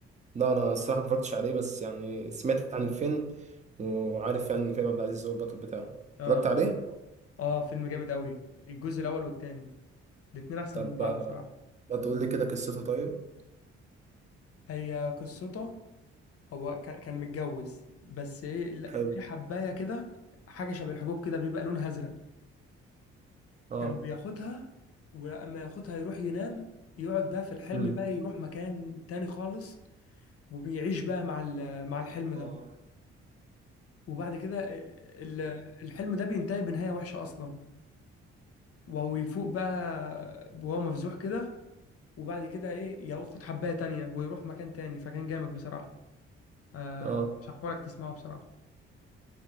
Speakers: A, on the right; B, on the left.
A: لا انا الصراحه ما اتفرجتش عليه بس يعني سمعت عن الفيلم وعارف يعني ان كريم عبد العزيز هو البطل بتاعه
B: اه
A: اتفرجت عليه
B: اه فيلم جامد قوي الجزء الاول والتاني الاتنين احسن
A: طب
B: من بعض
A: آه،
B: بصراحه
A: ما تقول لي كده قصته طيب
B: هي قصته هو كا- كان متجوز بس ايه لا،
A: حلو
B: في حبايه كده حاجه شبه الحبوب كده بيبقى لونها ازرق
A: اه
B: كان بياخدها ولما ياخدها يروح ينام يقعد بقى في الحلم
A: امم
B: بقى يروح مكان تاني خالص وبيعيش بقى مع ال- مع الحلم ده
A: اه
B: وبعد كده آه، ال- الحلم ده بينتهي بنهايه وحشه اصلا وهو يفوق بقى وهو مفزوح كده وبعد كده ايه ياخد حبايه تانية ويروح مكان تاني فكان جامد بصراحه آه
A: اه
B: شحورك تسمعه بصراحه